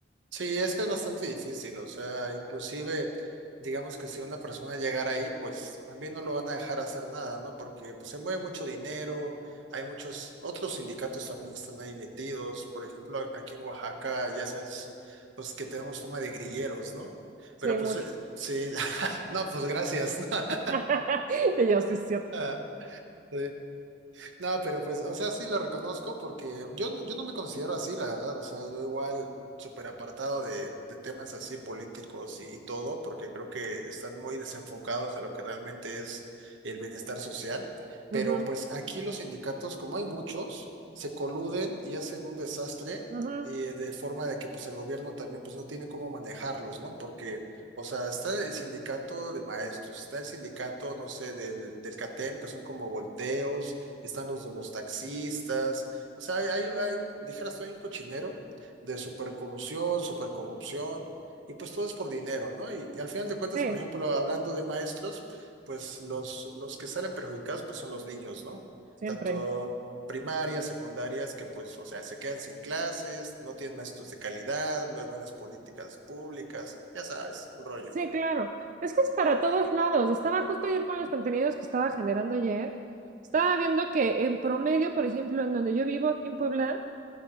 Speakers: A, on the right; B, on the right.
A: Sí, es que es bastante difícil, o sea, inclusive, digamos que si una persona llegara ahí, pues también no lo van a dejar hacer nada, ¿no? Porque pues, se mueve mucho dinero, hay muchos, otros sindicatos también están ahí metidos, por ejemplo, a- aquí en Oaxaca, ya sabes, pues que tenemos fama de grilleros, ¿no? Pero
B: Sí,
A: pues,
B: mucho.
A: eh, sí, <laughs> no, pues gracias. <laughs>
B: <laughs> Y yo sí es cierto.
A: Ah, Sí. No, pero pues, o sea, sí lo reconozco porque yo, no- yo no me considero así, la verdad. O sea, yo igual súper apartado de, de temas así políticos y, y todo, porque creo que están muy desenfocados de lo que realmente es el bienestar social. Pero
B: Ujú,
A: pues aquí los sindicatos, como hay muchos, se coluden y hacen un desastre
B: ujú,
A: y de forma de que pues el gobierno también pues no tiene cómo manejarlos, ¿no? Porque... O sea, está el sindicato de maestros, está el sindicato, no sé, del, del CATEM, que son como volteos, están los de los taxistas, o sea, hay, hay, hay un, dijeras tú, hay un cochinero de supercolusión, supercorrupción, y pues todo es por dinero, ¿no? Y, y al final de cuentas,
B: Sí,
A: por ejemplo, hablando de maestros, pues los, los que salen perjudicados, pues son los niños, ¿no?
B: siempre.
A: Tanto primarias, secundarias, que pues, o sea, se quedan sin clases, no tienen maestros de calidad, no hay buenas políticas públicas, ya sabes, un rollo.
B: Sí, claro. Es que es para todos lados. Estaba justo ayer con los contenidos que estaba generando ayer. Estaba viendo que en promedio, por ejemplo, en donde yo vivo aquí en Puebla,